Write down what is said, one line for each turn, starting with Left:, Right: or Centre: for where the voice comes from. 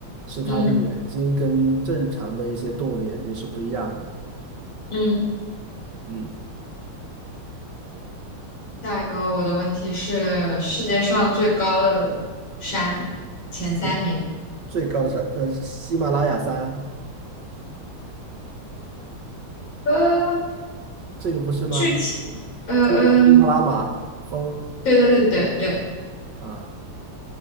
Right: 是它的眼睛跟正常的一些动物的眼睛是不一样的，
Left: 嗯嗯。
Right: 嗯。
Left: 下一个我的问题是世界上最高的山前三名。
Right: 对，最高的山，那喜马拉雅山，
Left: 呃，
Right: 这个不是吗？
Left: 具体，呃嗯，
Right: 珠穆珠穆朗玛峰
Left: 对对对对对，
Right: 啊，